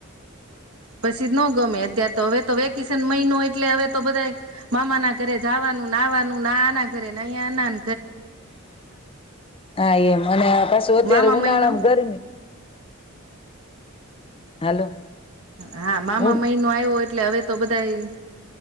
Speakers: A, on the right; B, on the left.
A: પછી નો ગમે ત્યાં તો હવે તો વેકેશન મહિનો એટલે હવે તો બધાય મામા ના ઘરે જવાનુંને આવાનુંને આ ના ની ઘરે ને આયા આનાન
B: હા એમ અને પાછું અત્યારે
A: મામા
B: ઉનાળામાં
A: મહિનો
B: ગરમી હાલો.
A: હા મામા
B: ઉ
A: મહિનો આવ્યો એટલે હવે તો બધાય